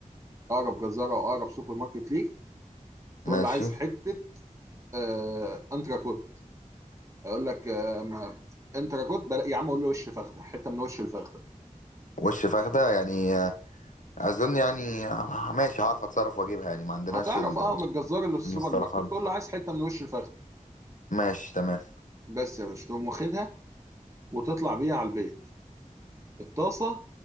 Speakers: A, on the right; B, on the left.
A: اقرب جزاره او اقرب سوبر ماركت ليك تقول
B: ماشي
A: له عايز حته آه انتراكوت هيقول لك آه ما انتراكوت بلا... يا عم قول له وش فخده حته من وش الفخده
B: وش فخدة يعني آه، أظن يعني آه، ماشي هعرف أتصرف وأجيبها يعني ما عندناش
A: هتعرف
B: ال-
A: اه من الجزار اللي في السوبر
B: المصطلحات
A: ماركت تقول
B: دي
A: له عايز حته من وش الفخده
B: ماشي تمام
A: بس يا باشا تقوم واخدها وتطلع بيها على البيت الطاسه